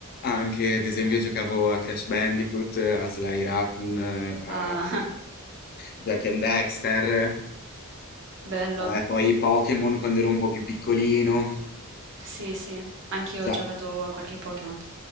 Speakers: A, on the left; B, on the right.
A: Anche ad esempio giocavo a Crash Bandicoot, eh, a Sly Raccoon, eh, a
B: Ah, <laughs>
A: Jak and Daxter,
B: bello.
A: vabbè poi Pokémon quando ero un po' più piccolino.
B: Sì, sì, anch'io
A: Già.
B: ho giocato a qualche Pokémon.